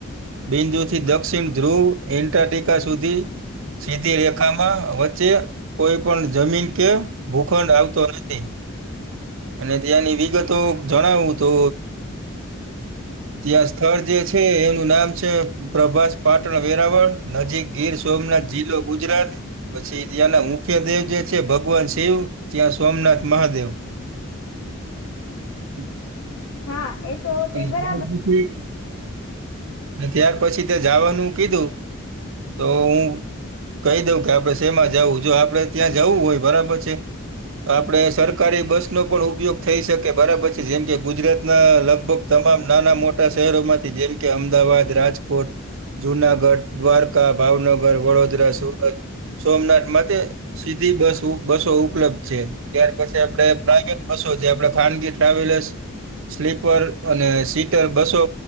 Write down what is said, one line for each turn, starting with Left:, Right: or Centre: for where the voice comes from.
Right: બિંદુથી દક્ષિણ ધ્રુવ એન્ટારટિકા સુધી સીધી રેખામાં વચ્ચે કોઈ પણ જમીન કે ભૂખંડ આવતો નથી. અને ત્યાંની વિગતો જણાવું તો ત્યાં સ્થળ જે છે એનું નામ છે. પ્રભાસ પાટણ વેરાવળ નજીક ગીર સોમનાથ જિલ્લો ગુજરાત પછી ત્યાંના મુખ્ય દેવ જે છે ભગવાન શિવ ત્યાં સોમનાથ મહાદેવ હમ્મ.
Left: હા એ તો
Right: અને
Left: તે બરાબર
Right: તાર પછી ને ત્યાર પછી તે જવાનું કીધું તો હું કહી દઉં કે આપડે શેમાં જવું જો આપડે ત્યાં જવું હોય બરાબર છે. આપડે સરકારી બસ નો પણ ઉપયોગ થઈ શકે બરાબર છે જેમ કે ગુજરાતના લગભગ તમામ નાના મોટા શહેરો માંથી જેમ કે અમદાવાદ રાજકોટ જુનાગઢ દ્વારકા ભાવનગર વડોદરા સુરત સોમનાથ માટે સીધી બસ બસો ઉપલબ્ધ છે ત્યાર પછી. તે આપણે પ્રઇવેટ બસો જે આપણે ખાનગી ટ્રાવેલર્સ સ્લીપર અને સીટર બસો